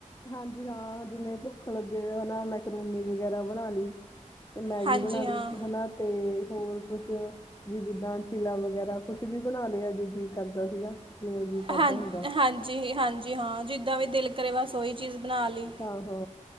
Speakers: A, on the left (about 25°); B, on the right (about 40°).
A: ਹਾਂਜੀ ਹਾਂ ਜਿਵੇਂ ਭੁੱਖ ਲੱਗੇ ਓ ਨਾ ਮੈਕਰੋਨੀ ਵਗੈਰਾ ਬਨਾ ਲੀ ਮੈਗੀ
B: ਹਾਂਜੀ
A: ਬਨਾ ਲੀ
B: ਹਾਂ
A: ਹੈਨਾ ਤੇ ਹੋਰ ਕੁਛ ਵੀ ਜਿੱਦਾਂ ਚਿਲਾ ਵਗੈਰਾ ਕੁਛ ਵੀ ਬਣਾ ਲਿਆ ਜੇ ਜੀ ਕਰਦਾ ਸੀਗਾ। ਜਿਵੇਂ ਜੀਅ ਕਰਦਾ
B: ਹਾਂ
A: ਹੁੰਦਾ
B: ਹਾਂਜੀ ਹਾਂਜੀ ਹਾਂ ਜੀ ਦਾ ਵੀ ਦਿਲ ਕਰੇ ਬਸ ਓਹੀ ਚੀਜ਼ ਬਣਾ ਲਈ
A: ਆਹੋ।